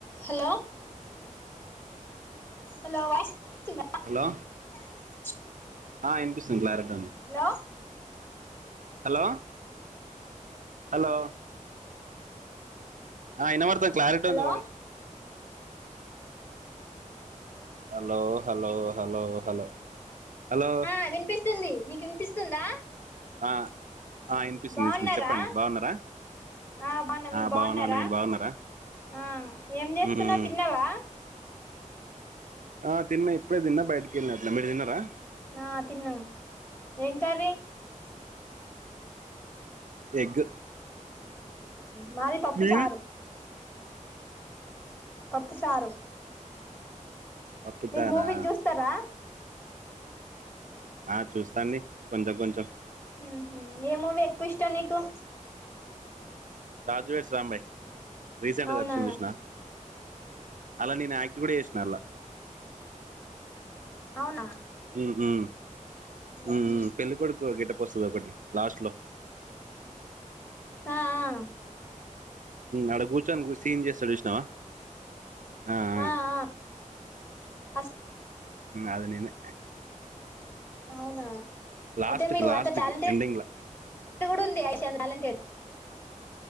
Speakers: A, on the left (about 15°); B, on the right (about 75°).
A: హలో హలో వా <unintelligible>
B: హలో
A: <inaudible>
B: ఆ వినిపిస్తుంది క్లారిటీగా
A: హలో
B: హలో హలో ఆ వినపడుతుంది క్లారిటీ
A: hello
B: ఉంది voice hello hello hello hello hello
A: ఆ వినిపిస్తుంది నీకు వినిపిస్తుందా
B: ఆ వినిపిస్తుంది
A: బాగున్నారా
B: చెప్పండి బాగున్నారా
A: ఆ బాగున్న మీరు
B: ఆ
A: బాగున్నారా
B: బాగున్నామండి మీరు బాగున్నారా
A: ఆ ఏం చేస్తున్నవ్
B: మ్మ్
A: తిన్నావా
B: ఆ తిన్న ఇప్పుడే తిన్నా బయటకి వెళ్ళిన అట్లా మీరు తిన్నారా
A: ఆ తిన్నాం ఏం కర్రీ
B: ఎగ్
A: మాది పప్పు
B: మీది
A: చారు పప్పు చారు
B: పప్పుచారా
A: మీరు మూవీ చూస్తారా
B: ఆ చూస్తాండి కొంచెం కొంచెం
A: మ్మ్ హ్హ్ ఏ మూవీ ఎక్కువ ఇష్టం నీకు
B: రాజువెడ్స్ రాంబాయ్ రీసెంట్
A: అవునా
B: గా వచ్చింది చూసినవ అన్లా నేను యాక్ట్ కూడా చేసిన అల్లా
A: అవునా
B: మ్మ్ హ్హ్ మ్మ్
A: ఉహు
B: పెళ్ళికొడుకు గెటప్ వస్తది ఒకటి లాస్ట్ లో
A: హా హా
B: ఆడ కూర్చొని ఒక సీన్ చేస్తాడు చూసినావా అ అ
A: ఆ ఆ అస్
B: అది నేనే
A: అవునా
B: లాస్ట్కి
A: అయితే మీకు
B: లాస్ట్కి
A: అంత టాలెంట్
B: ఎండింగ్ల
A: కూడా ఉంది టాలెంటెడ్